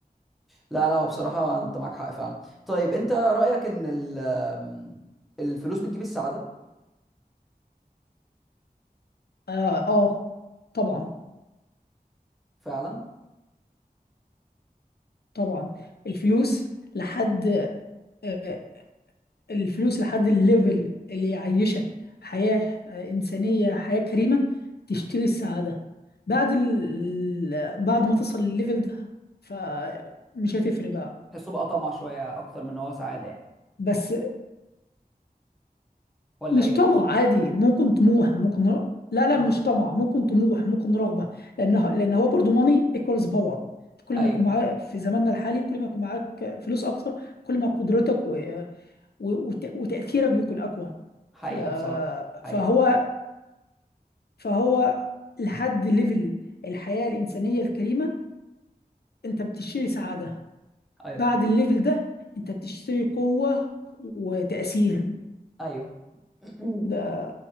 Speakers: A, in the centre; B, on the left.
A: لا لا هو بصراحة انت معاك حق فعلا طيب انت رأيك ان ال- آم، الفلوس بتجيب السعادة
B: اه, آه طبعا
A: فعلا
B: طبعا الفلوس لحد آه، الفلوس لحد الليفل اللي يعيشك حياة آه، إنسانية حياة كريمة تشتري السعادة بعد ال... بعد ما تصل للليفل ده فمش هتفرق بقى
A: تحسه بقى طمع شوية اكتر من ان هو سعادة يعني
B: بس
A: ولا
B: مش
A: ايه
B: طمع عادي ممكن طموح ممكن ر- لا لا
A: اه
B: مش طمع ممكن طموح ممكن رغبة لأنه لأن هو برضو ماني ايكوالز باور كل
A: ايوه
B: ما يكون معاك في زماننا الحالي كل ما يكون معاك فلوس أكتر كل ما قدرتك و... و... وت... وتأثيرك بيكون أقوى
A: حقيقة
B: ف...
A: بصراحة حقيقة
B: فهو فهو لحد ليفل الحياة الإنسانية الكريمة أنت بتشتري سعادة
A: ايوه
B: بعد الليفل ده أنت بتشتري قوة وتأثير
A: ايوه <clears throat>
B: ده